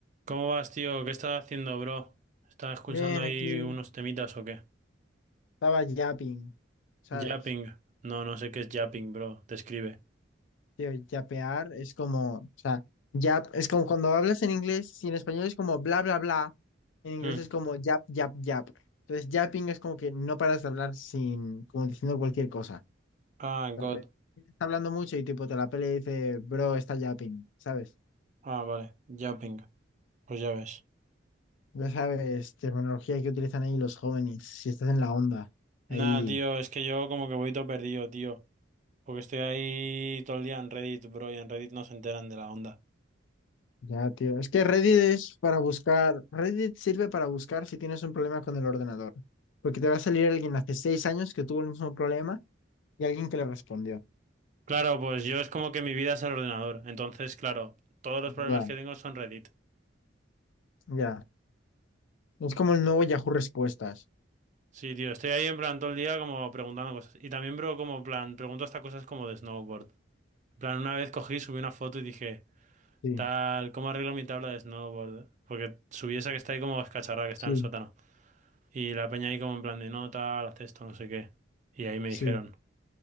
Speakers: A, on the right; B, on the left.
A: ¿Cómo vas, tío? ¿Qué estás haciendo, bro? ¿Estás escuchando
B: Bien,
A: ahí
B: aquí
A: unos temitas o qué?
B: estaba yapping, ¿sabes?
A: Yapping. No, no sé qué es yapping, bro. Describe.
B: Tío, yapear es como, o sea, yap, es como cuando hablas en inglés, si en español es como bla, bla, bla, en inglés
A: Hmm.
B: es como yap, yap, yap. Entonces, yapping es como que no paras de hablar sin, como diciendo cualquier cosa.
A: Ah, God.
B: Correcto. Está hablando mucho y tipo te la pelea y dice, bro, está yapping, ¿sabes?
A: Ah, vale. Yapping. Pues ya ves.
B: Ya sabes, terminología que utilizan ahí los jóvenes, si estás en la onda, ahí.
A: Nah, tío, es que yo como que voy todo perdido, tío. Porque estoy ahí todo el día en Reddit, bro, y en Reddit no se enteran de la onda.
B: Ya, tío. Es que Reddit es para buscar. Reddit sirve para buscar si tienes un problema con el ordenador. Porque te va a salir alguien hace seis años que tuvo el mismo problema y alguien que le respondió.
A: Claro, pues yo es como que mi vida es el ordenador. Entonces, claro, todos los problemas
B: Ya,
A: que tengo son Reddit.
B: ya. Es como el nuevo Yahoo Respuestas.
A: Sí, tío, estoy ahí en plan todo el día como preguntando cosas. Y también, bro, como plan, pregunto hasta cosas como de snowboard. En plan, una vez cogí, subí una foto y dije,
B: Sí,
A: tal, ¿cómo arreglo mi tabla de snowboard? Porque subí esa que está ahí como escacharrada, que está
B: sí,
A: en el sótano. Y la peña ahí como en plan de, no, tal, haz esto, no sé qué. Y ahí me
B: sí.
A: dijeron, en